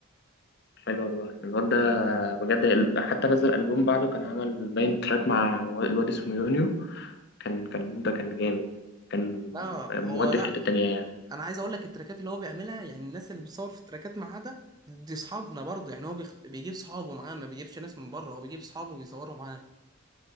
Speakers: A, on the left; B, on the right.
A: حلو والله الواد ده بجد ال- حتى نزل ألبوم بعده كان عمل باين تراك مع و- الواد اسمه يونيو كان كان الألبوم ده كان جامد كان
B: لا
A: مودي
B: هو لا
A: في حتة تانية يعني
B: انا عايز اقول لك التراكات اللي هو بيعملها يعني الناس اللي بتصور في التراكات معاه ده دي اصحابنا برضه يعني هو بيخ... بيجيب صحابه معاه ما بيجيبش ناس من بره هو بيجيب صحابه وبيصوروا معاه